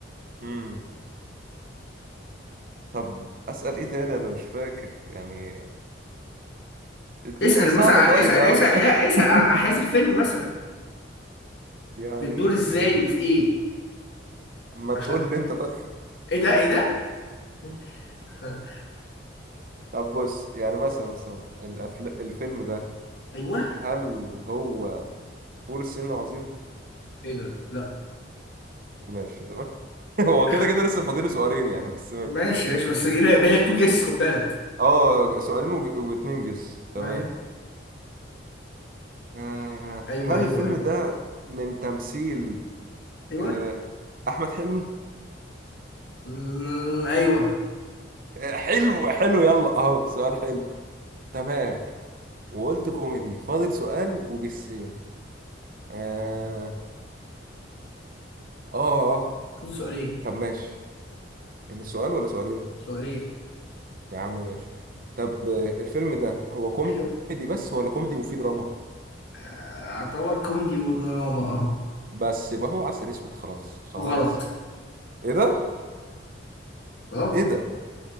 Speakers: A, on the right; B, on the left.
A: امم طب أسأل ايه تاني انا مش فاكر يعني اديني
B: اسال
A: مساعدة
B: مثلا
A: طيب
B: اسال
A: يا
B: اسال
A: عم
B: لا، اسال
A: <laughs>
B: عن احداث الفيلم مثلا
A: يعني
B: بتدور ازاي وفي ايه
A: ما
B: عشان
A: تقول لي انت طيب.
B: ايه ده ايه ده <laughs> آه،
A: طب بص يعني مثلا مثلا الأفل... الفيلم ده
B: ايوه
A: هل هو فول الصين العظيم؟
B: ايه ده لا
A: ماشي تمام <laughs> هو
B: <laughs>
A: كده كده لسه فاضل سؤالين يعني بس
B: ماشي
A: ماشي
B: ماشي بس جينا- بالك تو جيس خد بالك
A: اه سؤالين و... واتنين جس
B: تمام.
A: تمام آه،
B: ايوه
A: هل
B: ايوه
A: الفيلم
B: ايوه
A: ده من تمثيل
B: ايوه
A: آه، أحمد حلمي؟
B: مم، ايوه
A: آه، حلو حلو يلا اهو سؤال حلو تمام وقلت كوميدي فاضل سؤال وجسين اه اه آه.
B: فوز سؤالين
A: طب ماشي في سؤال ولا سؤالين؟
B: سؤالين
A: يا عم ماشي طب آه، الفيلم ده هو كوميدي
B: ايوه
A: بس ولا كوميدي وفيه دراما
B: آه، اعتبر كوميدي ودراما اه
A: بس يبقى هو عسل اسود خلاص خلاص
B: غلط
A: ايه ده
B: غلط
A: ايه ده